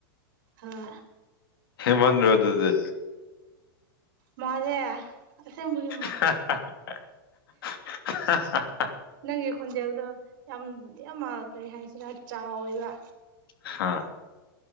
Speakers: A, on the right; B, on the left.
A: ꯍ‌ꯣꯏ
B: ꯍꯦꯃꯟꯗ꯭ꯔ‌ꯣ ꯑꯗꯨꯗꯤ
A: ꯃꯥꯜꯂ‌ꯦ ꯑꯁ‌ꯦꯡꯕꯒꯤ
B: ꯍꯥ ꯍꯥ ꯑꯍꯥ ꯍꯥ
A: ꯅꯪꯒꯤ ꯈꯣꯟꯖꯦꯜꯗꯣ ꯌꯥꯝ ꯌꯥꯝ ꯀꯔꯤ ꯍꯥꯏꯁꯤꯔꯥ ꯆꯥꯎꯋꯦꯕ
B: ꯍꯥꯥ